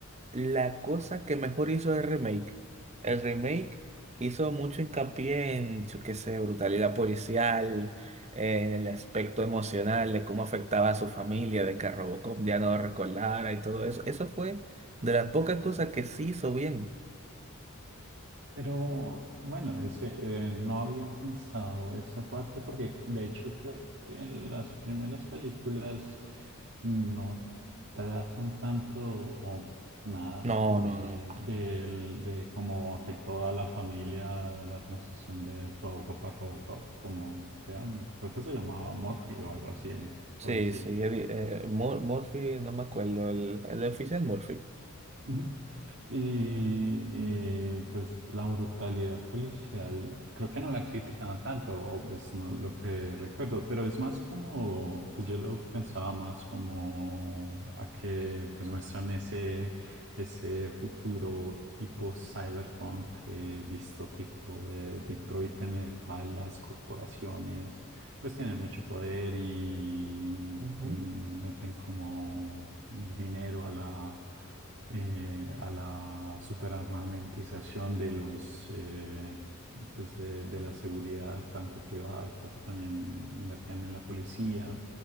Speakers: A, on the right; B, on the right.
A: La cosa que mejor hizo el remake. El remake hizo mucho hincapié en, yo qué sé, brutalidad policial, eh, en el aspecto emocional de cómo afectaba a su familia, de que Robocop ya no recordara y todo eso. Eso fue de las pocas cosas que sí hizo bien.
B: Pero bueno, ese, eh, no había pensado esa parte porque de hecho creo que en las primeras películas no tratan tanto o nada
A: No,
B: de,
A: no, no.
B: del- de cómo afectó a la familia la transición de Robocop a Robocop, como sea, creo que se llamaba Murphy o algo así el
A: Sí,
B: policía.
A: sí. Eddie- eh, Mur- Murphy, no me acuerdo, el, el oficial Murphy.
B: Ujú. Y eh, pues la brutalidad policial, creo que no la criticaban tanto, o pues no lo que recuerdo, pero es más como, pues yo lo pensaba más como a que pues muestran ese, ese futuro tipo cyberpunk eh, distópico de Detroit en el cual las corporaciones pues tienen mucho poder y mm,
A: Ujú.
B: meten como dinero a la, eh, a la superarmamentización de los, eh, pues de, de la seguridad, tanto privada, creo que también invertían en la policía,